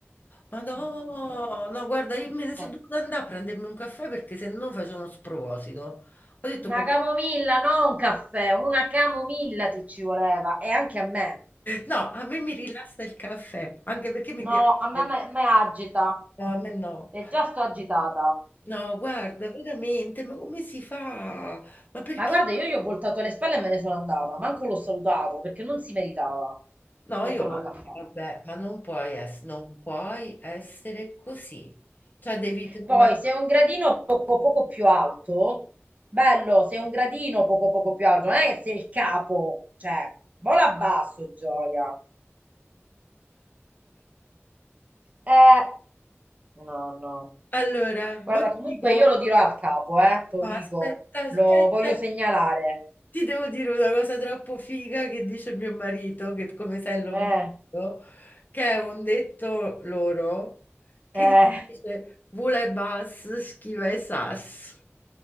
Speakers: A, on the left; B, on the right.
A: ma no,
B: no, no. no.
A: no, guarda, io me ne sono
B: Cioè,
A: dovuta andare a prendermi un caffè perché se no facevo uno sproposito. Ho detto,
B: una
A: "Mo-
B: camomilla, non un caffè, una camomilla ti ci voleva e anche a me.
A: no, a me mi rilassa il caffè, anche perché mi piace.
B: No, a me me- me agita.
A: No, a me no.
B: E già sto agitata.
A: No, guarda, veramente, ma come si fa? Ma perché?
B: Ma guarda, io gli ho voltato le spalle e me ne sono andata, manco l'ho salutato perché non si meritava
A: No,
B: per
A: io
B: quello
A: anche,
B: che ha fatto.
A: vabbè, ma non puoi essere, non puoi essere così. Cioè, devi trovare...
B: Poi se è un gradino poco poco più alto, bello, se è un gradino poco poco più alto, non è che sei il capo, cioè, vola basso, gioia. Eh, no, no.
A: Allora,
B: Guarda,
A: mo ti
B: comunque
A: dico...
B: io lo dirò al capo, eh, te lo
A: Ma
B: dico,
A: Aspetta, aspetta,
B: lo voglio segnalare.
A: ti devo dire una cosa troppo figa che dice mio marito, che come sai è lombardo,
B: Eh,
A: che è un detto loro che
B: eh,
A: dice vule bas, schiva e sas.